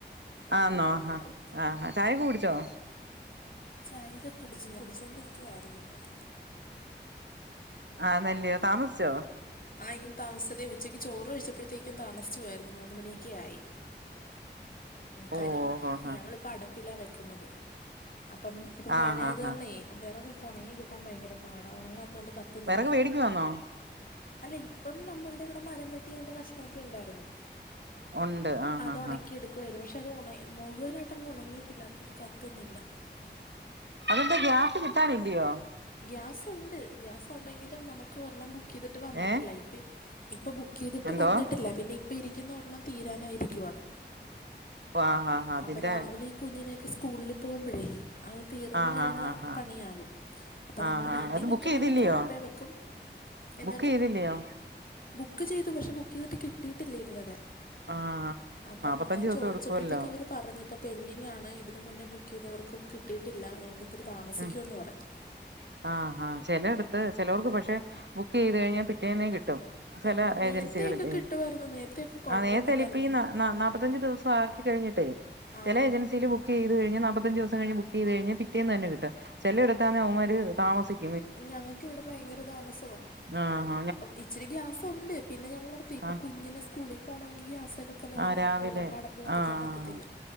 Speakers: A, on the left; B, on the right.
A: ആ
B: ആന്നോ
A: ഇവിടെ മഴ
B: ആഹാ
A: മാറി
B: ആ ചായ കുടിച്ചോ
A: ചായയൊക്കെ കുടിച്ച് കുടിച്ചൊണ്ടിരിക്കുവായിരുന്നിപ്പം
B: ആഹ് ന്ന ല്ലിയോ താമസിച്ചോ
A: ആ ഇന്ന് താമസിച്ചതേ ഉച്ചയ്ക്ക് ചോറ് കഴിച്ചപ്പോഴത്തേക്കും താമസിച്ച് പോയിരുന്നു മൂന്ന് മണിയൊക്കെ ആയി കാര്യം
B: ഓഹ് ആഹ്
A: ഞങ്ങളിപ്പോൾ അടപ്പിലാണ് വെക്കുന്നത് അപ്പം ഇപ്പൊ മഴ
B: ആഹ്
A: ആയത്
B: ആഹ്
A: കാരണമെ വിറകൊക്കെ ഉണങ്ങി കിട്ടാൻ ഭയങ്കര പാട ഉണങ്ങാത്ത കൊണ്ട് കത്തുന്നില്ല
B: ക് മേടിക്കു വാന്നോ
A: അല്ല ഇപ്പം നമ്മളുടെ ഇവിടെ മരം വെട്ടിയതിന്റെ കഷ്ണംമൊക്കെ ഉണ്ടായിരുന്നു
B: ഉണ്ട് ആഹ്
A: അത്
B: ആഹ്
A: ഉണക്കി
B: ആഹ്
A: എടുക്ക കുവയത് പക്ഷേ അത് ഉണങ്ങി മുഴുവനായിട്ട അങ് ഉണങ്ങിയിട്ടില്ല അതുകൊണ്ട് കത്തുന്നില്ല
B: അതെന്തെ ഗ്യാസ് കിട്ടാനില്ലയോ
A: ഗ്യാസ് ഉണ്ട് ഗ്യാസ് ഉണ്ടെങ്കിലും നമുക്ക് ഒർണ്ണം ബുക്ക് ചെയ്തിട്ട് വന്നിട്ടില്ല
B: ഏഹ്
A: ഇപ്പ ഇപ്പം ബുക്ക് ചെയ്തിട്ട്
B: എന്തോ
A: വന്നിട്ടില്ല പിന്നെ ഇപ്പം ഇരിക്കുന്ന ഒരെണ്ണം തീരാനായിരിക്കുവാണ്
B: ആ ആാഹാ അതിന്റെ
A: അപ്പം രാവിലെ ഈ കുഞ്ഞിനെയൊക്കെ സ്കൂളിൽ പോകുമ്പോഴേ അത് തീർന്ന
B: ആഹ്
A: കഴിഞ്ഞാൽ
B: ആഹ് ആഹ് ആഹ്
A: പണിയാകും അപ്പൊ
B: ആഹ്
A: നമ്മൾ വീട്ടിൽ
B: ആഹ് അത്
A: വെക്കുന്നതൊക്കെ
B: ബുക്ക് ചെയ്തില്ലയോ
A: അടപ്പേ വെക്കും എന്താണ്
B: ബുക്ക് ചെയ്തില്ലയോ
A: ബുക്ക് ചെയ്തു പക്ഷെ ബുക്ക് ചെയ്തിട്ട് കിട്ടിയിട്ടില്ലേ ഇതുവരെ
B: ആഹ്
A: അപ്പം
B: നാപ്പത്തഞ്ച്
A: ഞാൻ
B: ദിവസം
A: ചോദിച്ചപ്പോഴത്തേക്ക
B: എടുക്കുവല്ലോ
A: അവര് പറഞ്ഞ് ഇപ്പ പെൻഡിങ്ങാണ് ഇതിന് മുന്നേ ബുക്ക് ചെയ്തവർക്കും കിട്ടിയിട്ടില്ല അതുകൊണ്ട് ഇത്തിരി താമസിക്കുന്ന്
B: ഉം
A: പറഞ്ഞ്
B: ആഹ് ആഹ ചില എടുത്ത് ചിലവർക്ക് പക്ഷെ ബുക്കീത് കഴിഞ്ഞാ പിറ്റേന്നെ കിട്ടും ചില
A: ആ നേരത്തെയൊക്കെ
B: ഏജൻസികളില്
A: കിട്ടുമായിരുന്നു നേരത്തെയൊക്കെ കുഴപ്പമൊന്നുമില്ലായിരുന്നു
B: ആ നേരത്തെലിപ്പ നാപത്തഞ്ച് ദിവസം ആക്കി കഴിഞ്ഞിട്ടേ
A: ആ
B: ചില ഏജൻസിൽ ബു ബുക്കീത് കഴിഞ്ഞ് നാപ്പത്തഞ്ച് ദിവസംകഴിഞ് ബുകീത് കഴിഞ്ഞാ പിറ്റേന്നന്നെ കിട്ടും ചിലെടുത്താന്നെ അവൻമാര് താമസിക്കും
A: ഞങ്ങക്കിവിടെ ഭയങ്കര താമസവാ
B: ആ ഹ
A: അപ്പൊ ഇച്ചിരി ഗ്യാസൊണ്ട് പിന്നെ ഞങ്ങളടുത്ത് ഇപ്പ
B: ആഹ്
A: കുഞ്ഞിനെ സ്കൂളില് പോണോങ്കി ഗ്യാസ ക്കലല്ലേ
B: ആഹ്
A: നടക്കൊള്ളൂ
B: രാവിലെ
A: അപ്പം അടപ്പ് കത്തിക്കാൻ
B: ആഹ്
A: പറ്റത്തില്ല